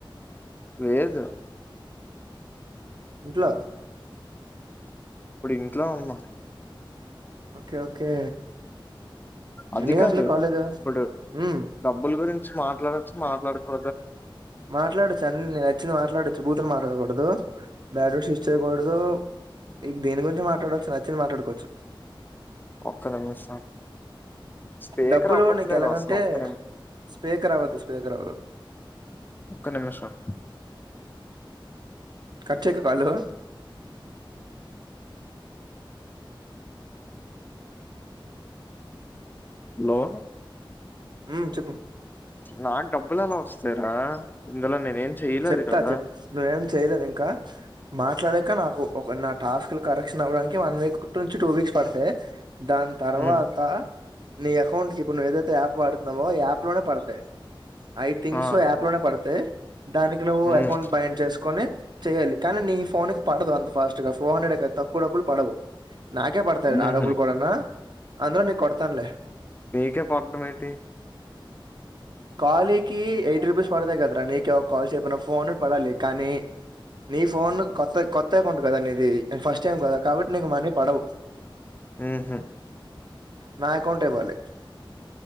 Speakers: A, on the left (about 20°); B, on the right (about 55°).
A: లేదు
B: ఇంట్లో
A: ఇప్పుడు ఇంటో ఉన్న
B: ఓకే ఓకే
A: అది
B: ఎన్ని గంటలకి
A: కాదు
B: కాలేజు
A: ఇప్పుడు
B: ఉమ్
A: డబ్బులు గురించి మాట్లాడచ్చు మాట్లాడు కు
B: మాట్లాడు చన్న వచ్చింది మాట్లాడవచ్చు భూతులు మాట్లాడకుడదు మ్యాడ్రో సస్ కోదు మీకు దీని గురించి మాట్లాడవచ్చు నచ్చింది మాట్లాడుకోవచ్చు
A: ఒక్క నిమిషం స్పీకర్
B: డబ్బులో
A: అవ్వట్లేదు
B: నీకు ఎలాగంటే
A: అసలు ఒక్క నిమి
B: స్పీకర్ అవ్వదు స్పీకర్ అవ్వదు
A: ఒకక్క నిమిషం
B: కచ్చేక కలు
A: హలో
B: ఉమ్ చెప్పు
A: నాకు డబ్బులు ఎలా వస్తార ఇందులో నేనేం చెయలేదు
B: చెప్తా
A: కదా
B: చెప్ నువ్వేం చేయలేదు ఇంకా మాట్లాడక నాకు ఒక నా టాస్క్ కరెక్షన్ అవ్వడానికి వన్ వీక్ నుంచి టూ వీక్స్ పడతాయి దాని తర్వాత
A: ఉమ్,
B: నీ అకౌంట్ కి ఇప్పుడు నువ్ ఏదైతే యాప్ వాడు న్నామో యాప్ లోనే పడతాయి ఐ థింగ్స్
A: ఆ
B: సో యాప్ లోనే పడితే దానికి నువ్వు
A: ఉమ్,
B: అకౌంట్ బైండ్ చేసుకొని చెయ్యాలి కానీ నీ ఫోన్ పడదు అంత ఫాస్ట్ గా ఫోర్ హండ్రెడ్ తక్కువ డబ్బు పడవు నాకే పడతాయి ఆ
A: ఉహు.
B: డబ్బులు కూడానా అందులో నీ కొడతానులే
A: నీకే <unintelligible> మేటి
B: కాలీకి యైట్ రూపీస్ పడతాయి కదా ప్రని క కాల్ చేయకపోయినా ఫోన్ పడాలి కానీ నీ ఫోన్ కొత్త కొత్త అకౌంట్ కద నీది నే ఫస్ట్ టైం కదా కాబట్టి నీకు పొడవు
A: ఉమ్
B: నా అకౌంట్ ఇవాళ